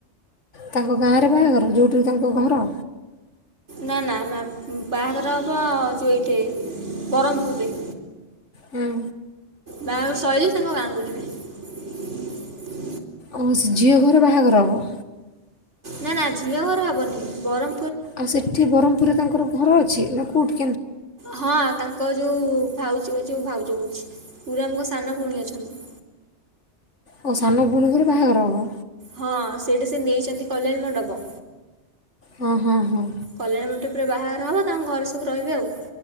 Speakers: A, on the left (about 85°); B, on the right (about 80°).
A: ତାଙ୍କ ଗାଁରେ ବାହାଘର ଯେଉଁଠି ତାଙ୍କ ଘର?
B: ନା ନା ବାହାଘର ହବ ଯଉ ଏଇଠି ବ୍ରହ୍ମପୁରରେ।
A: ହୁଁ।
B: ବାହାଘର ସଇଲେ ତାଙ୍କ ଗାଁ କୁ ଯିବେ।
A: ଆଉ ସେ ଝିଅ ଘରେ ବାହାଘର ହବ?
B: ନା ନା ଝିଅ ଘର ହବନି ବର
A: ଆଉ ସେଠି ବରହମପୁରରେ ତାଙ୍କର ଘର ଅଛି ନା କଉଠି?
B: ହଁ ତାଙ୍କ ଯୋଉ ଭାଉଛି ଯୋଉ ଭାଉଜ କୋ ପୁରୀରେ ଆମ ସାନ ଭଉଣୀ ଅଛନ୍ତି।
A: ଓ ସାନ ଭଉଣୀ ଘରେ ବାହାଘର ହବ।
B: ହଁ ସେଇଠି ସେ ନେଇଚନ୍ତି କଲ୍ୟାଣ ମଣ୍ଡପ।
A: ହଁ ହଁ ହଁ।
B: କଲ୍ୟାଣୀ ମଣ୍ଡପ ରେ ବାହାଘର ହବ ତାଙ୍କ ଘରେ ସବୁ ରହିବେ ଆଉ।